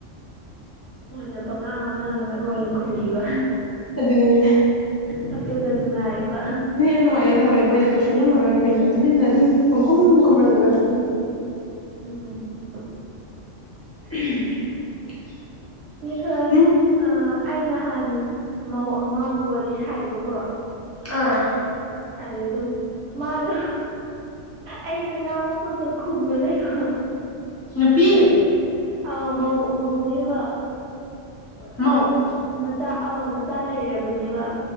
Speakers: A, on the right (about 60°); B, on the left (about 20°).
A: ꯃꯣꯏꯅ ꯄꯉꯥꯡꯅ ꯉꯥꯡꯕꯒ ꯑꯣꯏꯅ ꯈꯨꯝꯕꯤꯕ
B: ꯑꯗꯨꯅꯦ
A: ꯐꯠꯇ ꯅ ꯑꯗꯨ ꯉꯥꯏꯕ
B: ꯌꯥꯝ ꯅꯨꯡꯉꯥꯏꯌꯦꯗ ꯍꯋꯦ ꯃꯣꯏꯗ ꯀꯣꯏꯁꯟ ꯌꯥꯝ ꯍꯧꯉꯛꯒ ꯀꯣꯏꯅ ꯇꯨꯃꯤꯟꯅ ꯑꯗꯨꯝ ꯄꯪꯈꯨꯝꯅ ꯈꯨꯝꯂ ꯂꯩꯔꯒ
A: ꯎꯝ
B: <unintelligible>
A: ꯃꯤꯈꯜ
B: ꯎꯝ
A: ꯑꯩ ꯅꯍꯥꯟ ꯑꯃꯕꯨ ꯋꯥꯔꯤ ꯁꯥꯏꯕꯀꯣ
B: ꯑꯥ
A: ꯑꯗꯨ ꯑꯗꯨꯝ ꯃꯥꯗ ꯑꯩꯅ ꯉꯥꯡꯕ ꯈꯛꯇ ꯈꯨꯝꯕ ꯂꯩꯕ
B: ꯅꯨꯄꯤ
A: ꯑꯥꯎ ꯃꯅꯦꯕ
B: ꯃꯑꯣ
A: ꯃꯆꯥ ꯑꯥꯎ ꯃꯆꯥ ꯂꯩꯔꯕꯅꯦꯕ